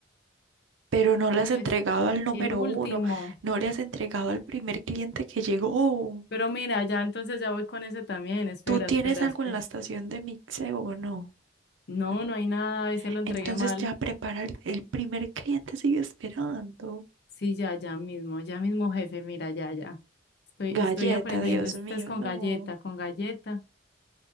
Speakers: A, on the right; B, on the left.
A: Pero no le
B: Y
A: has entregado
B: es
A: al número
B: el último.
A: uno, no le has entregado al primer cliente que llegó.
B: Pero mira, ya entonces ya voy con ese también. Espera,
A: ¿Tú tienes
B: espera,
A: algo
B: espera.
A: en la estación de mixeo o no?
B: No,
A: No.
B: no hay nada, ese lo entregué
A: Entonces
B: mal.
A: ya prepara el, el primer cliente, sigue esperando.
B: Sí, ya, ya mismo, ya mismo, jefe, mira, ya, ya. Estoy,
A: Galleta,
B: estoy aprendiendo.
A: Dios
B: Este
A: mío,
B: es con
A: no.
B: galleta, con galleta